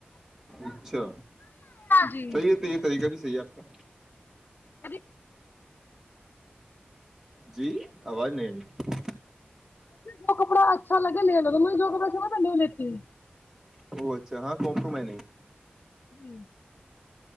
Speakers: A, on the right; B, on the left.
A: اچھا
B: جی
A: صی ہے تو یہ طریقہ بھی صحیح ہے آپ کا
B: ا م
A: جی آواز نہیں رہئی
B: جو کپڑا اچھا لگے ل لے جو کپڑا چوا تھا ن لیتی ہے
A: ا اچھا ہاں کمپرومائ نہیں
B: جی <unintelligible>